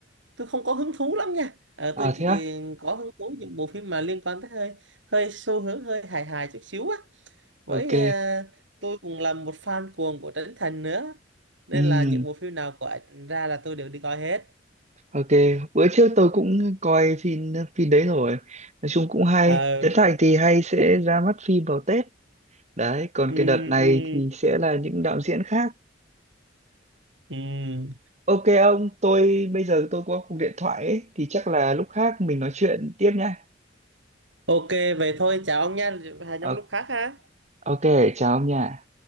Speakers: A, on the right (about 70°); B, on the right (about 35°).
A: tôi không có hứng thú lắm nha Ờ,
B: à
A: tôi
B: thế
A: chỉ
B: á
A: ừ, có hứng thú những bộ phim mà liên quan tới hơi hơi xu hướng hơi hài hài chút xíu á với
B: ok
A: à, tôi cũng là một fan cuồng của Trấn Thành nữa nên
B: ừ
A: là những bộ phim nào của ảnh ra là tôi đều đi coi hết.
B: Ok, bữa trước tôi cũng coi phim phim đấy rồi. Nói chung cũng hay.
A: Ờ,
B: Trấn Thành thì hay sẽ ra mắt phim vào Tết. Đấy, còn
A: ừm,
B: cái đợt này
A: ừm,
B: thì sẽ là những đạo diễn khác.
A: ừm.
B: Ok ông, tôi bây giờ tôi có cuộc điện thoại ấy, thì chắc là lúc khác mình nói chuyện tiếp nha.
A: Ok vậy thôi chào ông nha, hẹn
B: Ờ,
A: ông lúc khác ha.
B: Ok, chào ông nha.